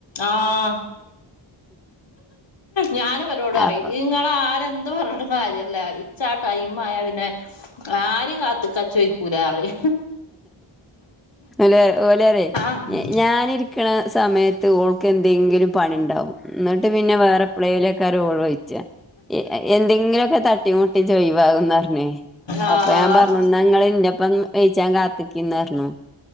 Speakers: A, on the left (about 60°); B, in the centre.
A: ആഹ് ഞാനും ഇവലോട്അറിം
B: അപ്പൊ
A: ഇങ്ങളാആഹ് രും എന്ത്പറഞ്ഞ്ട്ടും കാര്യല്ല ഇച്ചാ ആ ടൈം ആയാ പിന്നെ ആരിം കാത്ത്ക്കാൻ ഇച്ച് വെെക്കൂലാറിം
B: ലെ ഓലറെ
A: ആഹ്
B: ഞ് ഞാനിരി രിക്ക്ണ സമയത്ത് ഓൾക്ക് എന്തെങ്കിലും പണി ഇണ്ടാവും ന്നട്ട് പിന്നെ വേറെ എപ്പ്ളെലെയ്ക്കാരം ഓള് വെയ്ച്ചാ ഇ എ എന്തെങ്കിലൊക്കെ തട്ടി മുട്ടി ഇജ്ജ് ഒയിവാകുന്നർഞ്ഞേ
A: ആഹ്
B: അപ്പൊ ഞാൻ പറഞ്ഞു ന്നാ ഇങ്ങള്ന്റപ്പോ ന്ന് വേഴിച്ചാൻ കാത്തിക്കിംന്നർഞ്ഞു